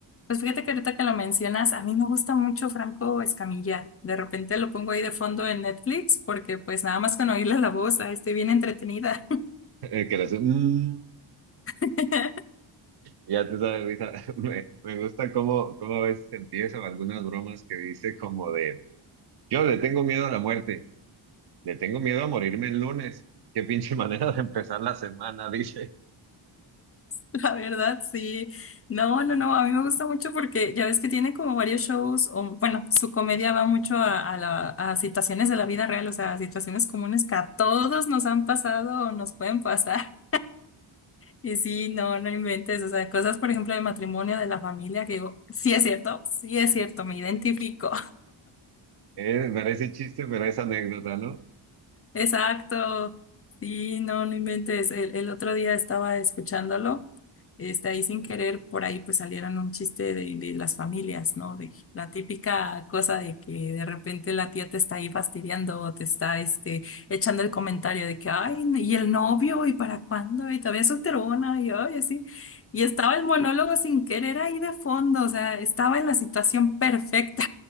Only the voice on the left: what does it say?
Pues fíjate que ahorita que lo mencionas, a mí me gusta mucho Franco Escamilla. De repente lo pongo ahí de fondo en Netflix porque pues nada más con oírle la voz, ahí estoy bien entretenida.
<laughs>
La verdad, sí. No, no, no, a mí me gusta mucho porque ya ves que tiene como varios shows, o bueno, su comedia va mucho a, a la- a situaciones de la vida real, o sea, a situaciones comunes que a todos nos han pasado o nos pueden pasar. Y sí, no, no inventes, o sea, cosas, por ejemplo, de matrimonio, de la familia, que digo, sí es cierto, sí es cierto, me identifico.
Exacto. Sí, no, no inventes. El, el otro día estaba escuchándolo, este, ahí sin querer, por ahí pues salieron un chiste de, de las familias, ¿no? De la típica cosa de que de repente la tía te está ahí fastidiando o te está, este, echando el comentario de que, ay, y el novio, ¿y para cuándo? Y todavía es solterona, y ay, así. Y estaba el monólogo sin querer ahí de fondo, o sea, estaba en la situación perfecta,